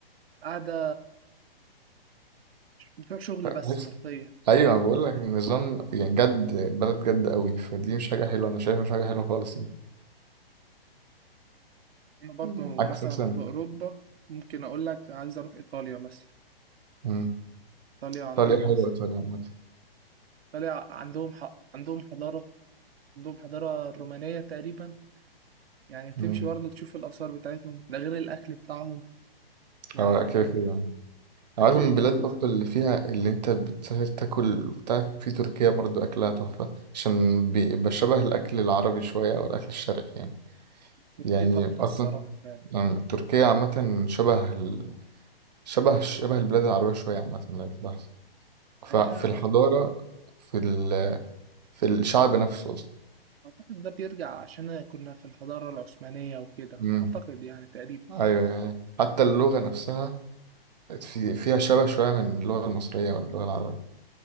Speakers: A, on the right; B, on the right.
A: قاعدة بتوع شغل
B: بزياده
A: بس حرفيا
B: ايوه انا بقول لك النظام يعني جد البلد جد قوي فدي مش حاجه حلوه انا شايفها مش حاجه حلوه خالص يعني
A: انا برضو
B: مم. عكس
A: مثلا
B: مثلا
A: في اوروبا ممكن اقول لك عايز اروح ايطاليا مثلا
B: مم.
A: ايطاليا عندهم
B: ايطاليا حلوه
A: مثلا
B: ايطاليا عامه
A: طلع عندهم حق عندهم حضارة عندهم حضارة رومانية تقريبا يعني تمشي
B: مم.
A: برضه تشوف الآثار بتاعتهم ده غير الأكل بتاعهم يعني
B: اه كده كده يعني عايز
A: أكل
B: من
A: الإيطال
B: البلاد برضه اللي فيها اللي انت بتسافر تاكل بتاع في تركيا برضه اكلها تحفه عشان بي- بشبه الاكل العربي شويه او الاكل الشرقي يعني
A: تركيا
B: يعني
A: تحفة
B: اصلا
A: الصراحة فعلا
B: مم، تركيا عامه شبه ال... شبه شبه البلاد العربيه شويه عامه لو تلاحظ ففي
A: هي
B: الحضاره في ال... في الشعب نفسه
A: أعتقد ده بيرجع عشان كنا في الحضارة العثمانية وكده
B: امم
A: أعتقد يعني تقريبا
B: ايوه أيوة. أيوة. حتى اللغه نفسها في فيها شبه شويه من اللغه المصريه واللغه العربيه